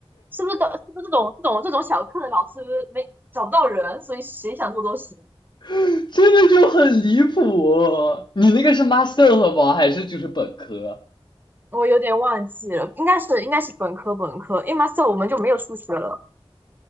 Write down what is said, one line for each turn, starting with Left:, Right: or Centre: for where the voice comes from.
Right: 是不是都是不是这种这种这种小课的老师没找不到人，所以谁想做都行。
Left: <laughs> 真的就很离谱。你那个是 master 吗？还是就是本科？
Right: 我有点忘记了，应该是应该是本科本科，因为 master 我们就没有数学了，